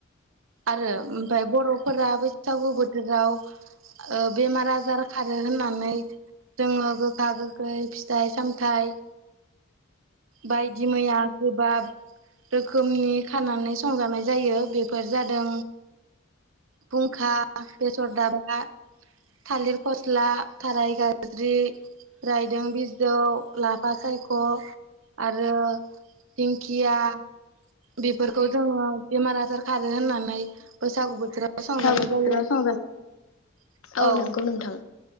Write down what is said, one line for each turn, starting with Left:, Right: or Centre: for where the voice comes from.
Right: आरो ओमफ्राय बर'फोरा बैसागु बोथोराव बेमार आजार खा होननानै जोङो गोखा, गोखै फिथाइ-सामथाइ बायदि मैया गोबाब रोखोमनि खानानै संजानाय जायो बेफोर जादों। फुंखा, बेसर दाबा, थालिर फस्ला थाराय गाज्रि रायदों बिजौ लाफा सायख' आरो दिकिंया बेफोरखौ जोङो बेमार आजार खारो होननानै बैसागु बोथोराव फसंजानाय
Left: बैसागु बोथोराव
Right: जायो औ
Left: संजा औ
Right: ओ
Left: नंगौ नोंथां